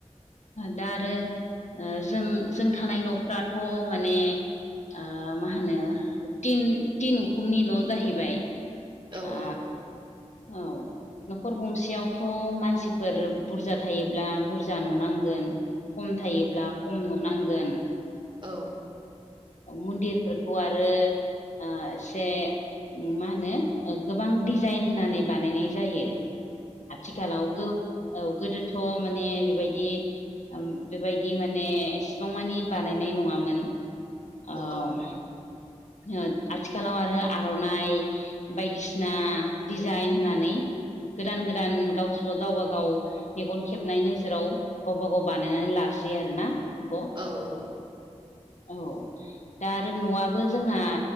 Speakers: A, on the left (about 75°); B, on the right (about 40°).
A: दा आरो ओ जों जों थानाय न'फ्राथ' माने ओ मा होनो तिन तिन उखुमनि न' जाहैबाय।
B: औ
A: ओ
B: औ।
A: औ। न'खर गंसेयावथ' मानसिफोर बुरजा थायोब्ला बुरजा न'नांगोन खम थायोब्ला खम न' नांगोन।
B: औ
A: मन्दिरफोरखौ आरो ओ एसे मा होनो? ओ गोबां डिजाइन होनानै बानायनाय जायो। आथिखालाव गो औ गोदोथ' माने बेबायदि ओम बेबायदि माने एसेबां मानि बानायनाय नङामोन ओम
B: औ
A: ओ आथिखालाव आरो आर'नाइ बायदिसिना डिजाइन होनानै गोदान गोदान गावसो गावबा गाव मेगन खेबनाय नोजोराव गावबा गाव बानायनानै लासै आरोना आब'?
B: औ औ।
A: औ दा आरो न'याबो जोंना